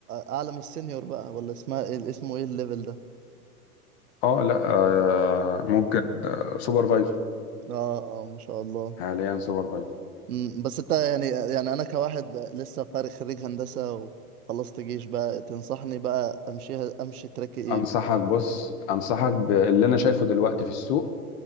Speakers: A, on the right; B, on the left.
A: اعلى من السينيور بقى ولا اسمها ايه اسمه ايه الليفل ده
B: اه لا آه ممكن سوبرفايزر
A: اه اه ما شاء الله
B: حاليا سوبرفايزر
A: امم بس انت يعني يعني انا كواحد بقى لسه خارج خريج هندسة وخلصت جيش بقى تنصحني بقى امشيها امشي تراك ايه
B: انصحك بص انصحك باللي انا شايفه دلوقتي في السوق